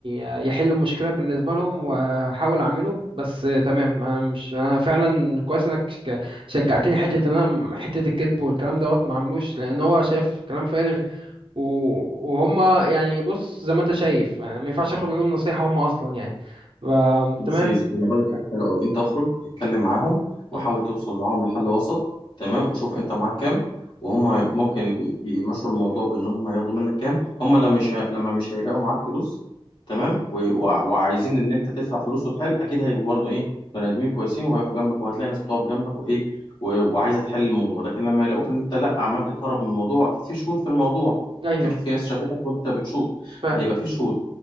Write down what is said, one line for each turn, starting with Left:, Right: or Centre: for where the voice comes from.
Right: آه، يحل المشكله بالنسبه لهم واحاول اعمله بس آه، تمام انا مش انا فعلا كويس انك شك- شجعتني حته ان انا م- حته الكذب والكلام دوت ما عملوش لان هو شايف كلام فارغ و- وهم يعني بص زي ما انت شايف يعني ما ينفعش اخد منهم نصيحه هم اصلا يعني ف-
Left: بص
Right: تمام
Left: يا يوسف انا اقول لك حاجه حلوه قوي انت اخرج اتكلم معاهم وحاول
Right: مم.
Left: توصل معاهم لحل وسط تمام وشوف انت معاك كام وهم ممكن ي- يمشوا الموضوع بان هم ياخدوا منك كام هم لما مش ه- لما مش هيلاقوا معاك فلوس تمام و... وع- وعايزين ان انت تدفع فلوس وتحل اكيد هيبقوا برضه ايه بني ادمين كويسين وهيقفوا جنبك وهتلاقي ناس بتقف جنبك وايه و... وعايزه تحل الموضوع لكن لما يلاقوك ان انت لا عمال تتهرب من الموضوع اكيد في شهود في الموضوع
Right: ايوه
Left: اكيد في ناس شافتك وانت بتشوط
Right: فعلا
Left: فهيبقى في شهود